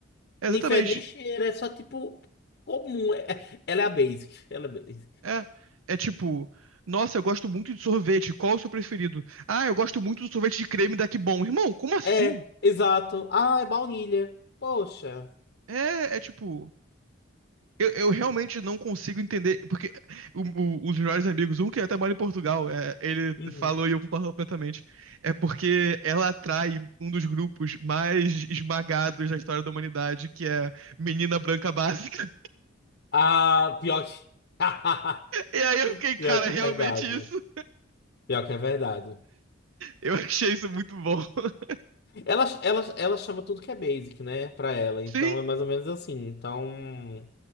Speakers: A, on the right (about 80°); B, on the left (about 55°).
A: Exatamente.
B: Nem fede, nem cheira, é só tipo comum. É, é- ela é a basic. <laughs> Ela é basic.
A: É, é tipo, nossa, eu gosto muito de sorvete, qual é o seu preferido? Ah, eu gosto muito do sorvete de creme da Que Bom. Irmão, como assim?
B: É, exato. Ah, é baunilha. Poxa.
A: É, é tipo, eu, eu realmente não consigo entender, porque o- o- os melhores amigos, um que até mora em Portugal, é, ele
B: Uhum.
A: falou e eu concordo completamente, é porque ela atrai um dos grupos mais esmagados da história da humanidade, que é menina branca básica. <laughs>
B: Ah, pior que. <laughs>
A: E aí eu fiquei,
B: Pior
A: cara,
B: que
A: é realmente
B: é verdade.
A: isso.
B: Pior que é verdade.
A: Eu achei isso muito bom. <laughs>
B: Ela, ela, ela chama tudo que é basic, né? Pra ela. Então
A: Sim.
B: é mais ou menos assim. Então.